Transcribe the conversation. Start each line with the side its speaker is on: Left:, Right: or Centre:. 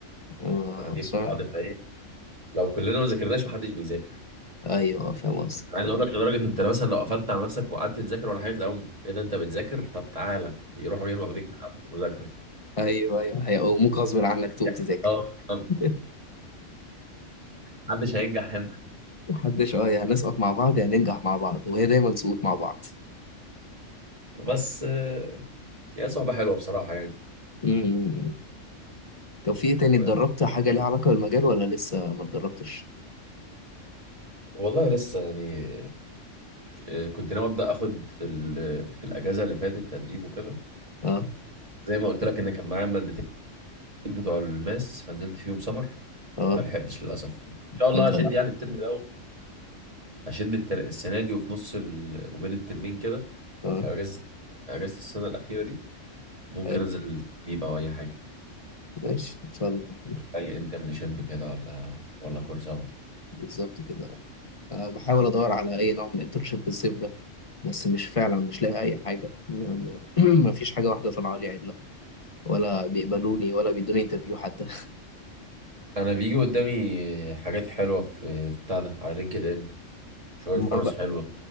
Left: آه
Right: قاعدين
Left: صح
Right: مع بعض فايه لو كلنا ما ذاكرناش محدش بيذاكر
Left: ايوه آه، فاهم قصدك
Right: انا عايز اقول لك لدرجه انت مثلا لو قفلت على نفسك وقعدت تذاكر ولا حاجه تلاقيهم ايه ده انت بتذاكر طب تعالى يروحوا جايين واخدينك من عند المذاكره
Left: ايوه ايوه هي وممكن غصب عنك تقوم
Right: يعني
Left: تذاكر
Right: اه آه،
Left: <laughs>
Right: محدش هينجح هنا
Left: محدش اه يا هنسقط مع بعض يا هننجح مع بعض وهي دايما سقوط مع بعض
Right: بس آه، هي صعبة حلوة بصراحة يعني
Left: امم طب في ايه تاني
Right: و-
Left: اتدربت حاجه ليها علاقه بالمجال ولا لسه ما اتدربتش
Right: والله لسه يعني آه، كنت ناوي أبدأ أخد في ال- في الأجازة اللي فاتت تدريب وكده
Left: اه
Right: زي ما قلت لك إن كان معايا مادتين بتوع الماس فنزلت فيهم سمر
Left: اه
Right: فما لحقتش للأسف إن شاء الله
Left: اه
Right: هشد يعني الترم ده هشد التر- السنة دي وفي نص ال... وبين الترمين كده
Left: اه
Right: أو في أجازة أجازة السنة الأخيرة دي ممكن
Left: حلو
Right: أنزل تدريب أو أي حاجة
Left: ماشي ان شاء الله
Right: أي انترنشيب كده ولا ولا كورس أخده
Left: بالظبط كده أه بحاول ادور على اي نوع من الانترنشيب الصيف ده بس مش فعلا مش لاقي اي حاجه ما فيش <clears throat> حاجه واحده طالعه لي عدله ولا بيقبلوني ولا بيدوني انترفيو حتى
Right: انا بيجي قدامي حاجات حلوه في في بتاع ده على لينكد ان
Left: <laughs>
Right: شويه
Left: ما
Right: فرص
Left: ب...
Right: حلوه